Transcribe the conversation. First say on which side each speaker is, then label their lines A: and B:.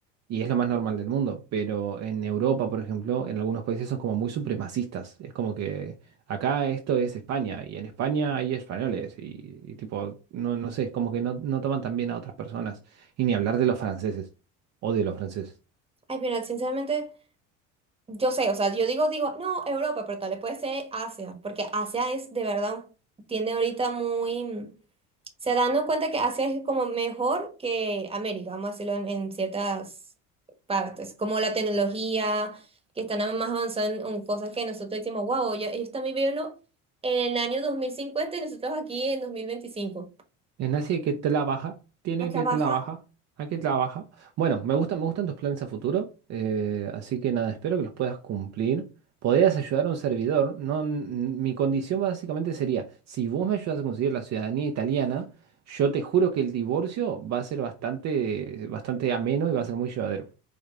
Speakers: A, on the right (about 50°); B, on the right (about 15°).
A: y es lo más normal del mundo, pero en Europa, por ejemplo, en algunos países son como muy supremacistas. Es como que acá esto es España y en España hay españoles y, y tipo, no, no sé, es como que no, no toman tan bien a otras personas. Y ni hablar de los franceses. Odio a los franceses.
B: Ay, mira, sinceramente, yo sé, o sea, yo digo, digo, no, Europa, pero tal vez puede ser Asia, porque Asia es de verdad, tiene ahorita muy, sea, dando cuenta que Asia es como mejor que América, vamos a decirlo en, en ciertas partes, como la tecnología, que están a- más avanzadas en, en cosas que nosotros decimos, wow, ellos, ellos están viviendo en el año 2050 y nosotros aquí en 2025.
A: Es así que trabaja, tiene
B: a trabajar.
A: que trabajar, hay que trabajar. Bueno, me gustan, me gustan tus planes a futuro, eh, así que nada, espero que los puedas cumplir. Podrías ayudar a un servidor, no, n- mi condición básicamente sería, si vos me ayudas a conseguir la ciudadanía italiana, yo te juro que el divorcio va a ser bastante, bastante ameno y va a ser muy llevadero.